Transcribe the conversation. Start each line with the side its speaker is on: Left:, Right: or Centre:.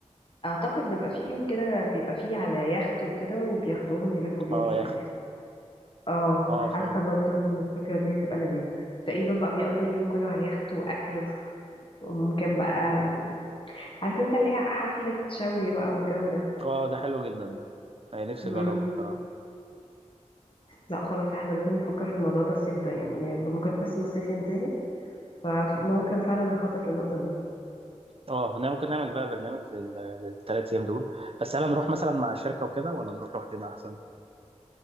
Left: اعتقد بيبقى فيه يوم كده بيبقى فيه على يخت وكده وبياخدوهم يلفوا بيهم
Right: اه
Left: شويه
Right: يخت
Left: اه
Right: اه فعلا
Left: حاسه برضه ان الفكره دي هتبقى لذيذه تقريبا بقى بيقضوا اليوم كله على اليخت واكل وف- وممكن بقى م، عارف انت اللي هي حفله شوي بقى والجو ده
Right: اه ده حلو جدا ده يعني نفسي
Left: مم.
Right: اجربه بصراحه
Left: لا خلاص احنا لازم نفكر في الموضوع ده الصيف ده يعني بمجرد بس ما الصيف ينتهي فممكن فعلا نخطط للنقطه دي
Right: اه هنا ممكن نعمل بقى برنامج لل... للثلاث ايام دول بس هل هنروح مثلا مع شركه وكده ولا نروح لوحدنا احسن